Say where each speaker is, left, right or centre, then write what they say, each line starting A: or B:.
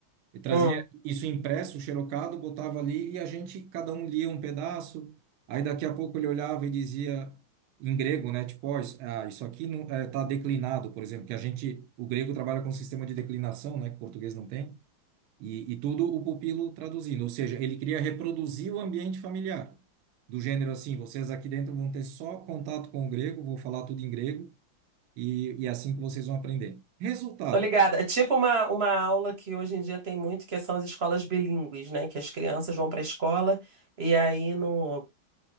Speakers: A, on the right; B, on the right.
A: E trazia
B: Hum.
A: isso impresso, xerocado, botava ali e a gente, cada um lia um pedaço. Aí, daqui a pouco, ele olhava e dizia em grego, né? Tipo, ó, isso ah, isso aqui não, é, tá declinado, por exemplo, que a gente, o grego trabalha com um sistema de declinação, né? Que o português não tem. E, e tudo o pupilo traduzindo, ou seja, ele queria reproduzir o ambiente familiar, do gênero assim, vocês aqui dentro vão ter só contato com o grego, vou falar tudo em grego, e, e é assim que vocês vão aprender. Resultado,
B: Tô ligada. É tipo uma, uma aula que hoje em dia tem muito, que são as escolas bilíngues, né? Que as crianças vão para a escola e aí no...